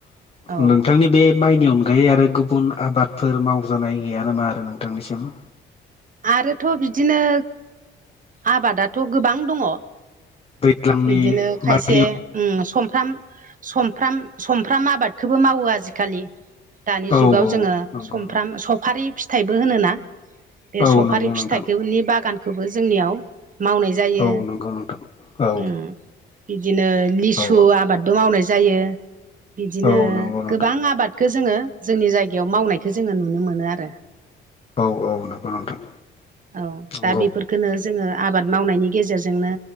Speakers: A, on the right; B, on the left.
A: औ
B: नोंथांनि बे माइनि अनगायै आरो गुबुन आबादफोर मावजानाय गैया नामा आरो नोंथांनिसिम?
A: आरोथ' बिदिनो आबादाथ' गोबां दङ
B: दैज्लांनि
A: बिदिनो खायसे।
B: माइनि
A: सफ्राम सफ्राम सफ्राम आबादखौबो मावो आजिखालि। दानि
B: औ
A: जुगाव
B: औ
A: जोङो
B: नंगौ
A: सफ्राम सफारि फिथाइबो होनोना। बे
B: औ
A: सफारि
B: नंगौ नोंथां
A: फिथाइखौनि बागानखौबो जोंनियाव मावनाय जायो
B: औ नंगौ नोंथां औ
A: उम। बिदिनो लिसु
B: औ
A: आबादबो मावनाय जायो। बिदिनो
B: औ नंगौ नोंथां
A: गोबां आबादखौ जोङो जोंनि जायगायाव मावनायखौ जोङो नुनो मोनो आरो।
B: औ औ नंगौ नोंथां
A: औ
B: नंगौ
A: दा बेफोर गोनो जोङो आबाद मावनायनि गेजेरजोंनो